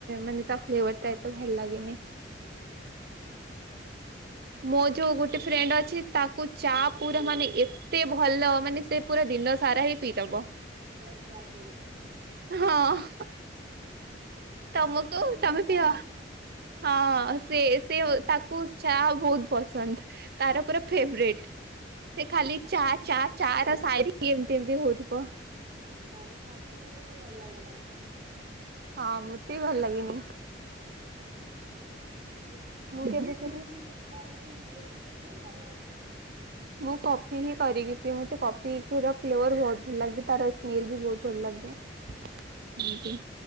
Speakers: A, on the right; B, on the right.
A: ମାନେ ତା ଫ୍ଲେଭର ଟା ଏତେ ଭଲ ଲାଗେନି। ମୋ ଯୋଉ ଗୋଟେ ଫ୍ରେଣ୍ଡ୍ ଅଛି ତାକୁ ଚା ପୁରା ମାନେ ଏ ଏତେ ଭଲ ମାନେ ସେ ପୁରା ଦିନ ସାରା ହିଁ ପିଇଦବ।
B: ପୁରା ପାଗଳ ଚା ପିଇବା ପାଇଁ।
A: ହଁ ହା ହା।
B: ପାଇଁ।
A: ତମକୁ
B: ଯିଏ ତମ ସହିତ
A: ତମେ
B: ଯାଆନ୍ତି।
A: ପିଅ ହଁ ସେ
B: ନା
A: ସେ ତାକୁ ଚା ହା। ବହୁତ ପସନ୍ଦ ତାର ପୁରା ଫେବରେଟ ସେ ଖାଲି ଚା
B: ମତେ
A: ଚା
B: ଏତେ
A: ଚା
B: ଭଲ
A: ର
B: ଲାଗେନି
A: ସାୟରି। ଏମିତି ଏମିତି ହଉଥିବ।
B: ନା ନା ମତେ ବି ଏତେ ଭଲ ଲାଗେନା ଚା।
A: ହଁ ମତେ ବି ଭଲ ଲାଗେନି।
B: ଯଦି କେତେବେଳେ
A: ମୁଁ କେବେ କେବେ
B: ମାନେ ଇଚ୍ଛା ଯଦି ହୁଏ, ତ ପିଏ ନହଲେ ନାହିଁ।
A: ମୁଁ କଫି ହିଁ କରିକି ପି ମତେ କଫି ର ଫ୍ଲେବର। ବହୁତ ଭଲ ଲାଗେ। ତାର ସ୍ମେଲ ବି ବହୁତ ଭଲ ଲାଗେ। ଏମତି
B: ଓ